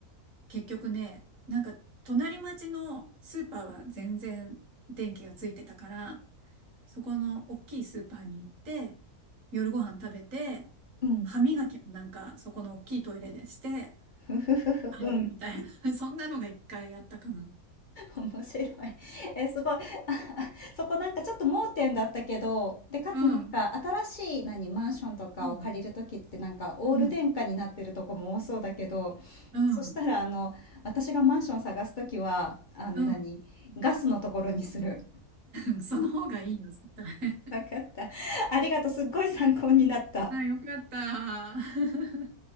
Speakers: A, on the right (about 60°); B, on the left (about 45°).
A: 結局ね、なんか隣町のスーパーは全然電気がついてたから、そこの大きいスーパーに行って、夜ご飯食べて、
B: うん。
A: 歯磨きもなんかそこの大きいトイレでして、
B: ふふふふ。
A: 帰るみたいな、
B: うん。
A: <laughs> そんなのが一回あったかな。
B: 面白い。<laughs> え、すごい。<laughs> そこなんかちょっと盲点だったけど、で、かつなんか新しい何、
A: うん、
B: マンションとかを借りるときってなんかオール電化になってるとこも多そうだけど、
A: うん、うん、うん、
B: そしたらあの、私がマンション探すときは、あの何、
A: う
B: ガスのところにする。
A: ん、<laughs> その方がいいよ、絶対。
B: わかった。ありがとう。すっごい参考になった。
A: あ、よかった。<laughs>